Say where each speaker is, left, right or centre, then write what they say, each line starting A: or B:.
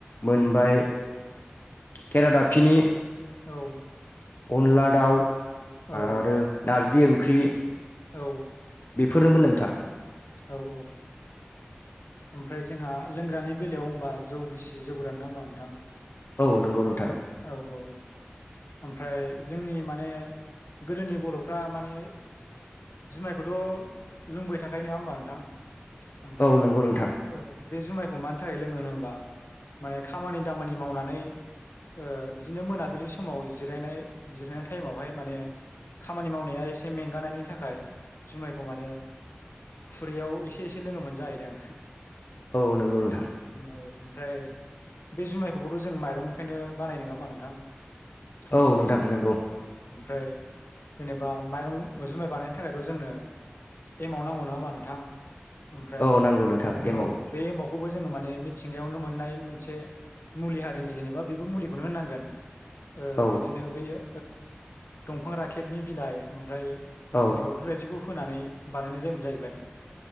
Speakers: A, on the left; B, on the left.
A: मोनबाय केरादाफिनि
B: औ
A: अनला दाउ
B: औ
A: आरो नारजि ओंख्रि
B: औ
A: बेफोरनोमोन नोंथां
B: औ औ ओमफ्राय जोंहा लोंग्रानि बेलायाव ओमबा जौ गिसि, जौगोराना ओमबा नोंथां
A: औ नंगौ नों
B: औ औ औ ओमफ्राय जोंनि माने गोदोनि बर'फ्रा माने जुमायखौथ' लोंबाय थाखायो नङा ओमबा नोंथां ओमफ्राय
A: औ नंगौ नोंथां
B: औ बे जुमायखौ मानि थाखाय लोङोनो होमबा माने खामानि दामानि मावनानै ओ बिदिनो मोनाबिलि समाव जिरायनाय जिरायनाय टाइमावहाय माने खामानि मावनाया एसे मेंगानायनि थाखाय जुमायखौ माने खुरैयाव एसे एसे लोङोमोन जाहैदों
A: औ नंगौ नोंथां
B: औ ओमफ्राय बे जुमायखौबोथ' जों माइरंनिखायनो बानाय नङा ओमबा नोंथां
A: औ नोंथां नंगौ।
B: ओमफ्राय जेनेबा माइरं जुमाइ बानायनो थाखायथ' जोंनो एमाव नांगौ नङा ओमबा नोंथां ओमफ्राय
A: औ नांगौ नोंथां एमाव
B: औ बे एमावखौ बो जोङो माने मिथिंगायावनो मोननाय मोनसे मुलि हारिनि जेनेबा बेबो मुलिखौनो होननांगोन ओ
A: औ
B: बिदिनो बैयो दंफां राखेबनि बिलाइ ओमफ्राय जेनेबा
A: औ
B: बेफोरबायदिखौ होनानै बानायनाय जायोमोन जाहैबाय